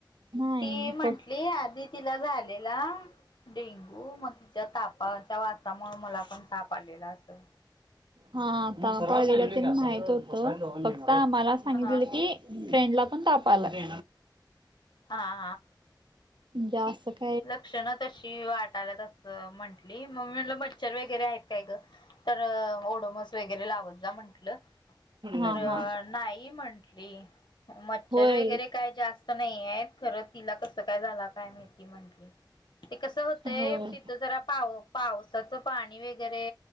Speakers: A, on the right (about 80°); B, on the left (about 75°).
A: नाही
B: ती म्हटली
A: फक्त
B: आधी तिला झालेला. डेंगू मग तिच्या तापाच्या वासामुळे मला पण ताप आलेला असं.
A: हा आता ते माहित होत फक्त आमला सांगित
B: हा
A: की फ्रेंडला पण ताप आलाय.
B: हा हा
A: जा सकते
B: लक्षण तशी वाटाल्या तसं म्हण मलं मच्छर वगैरे आहेत काय ग तर डोमस वगैरे लावत जा म्हटलं तर
A: हा हा
B: नाही म्हटली मच्छर
A: होय
B: वगैरे काय जास्त नाही आहे खरं तिला कसं काय झाला काय माहिती म्हंटली. ते कसं होतंय
A: होय
B: तिथं जरा पाह पावसाचं पाणी वगैरे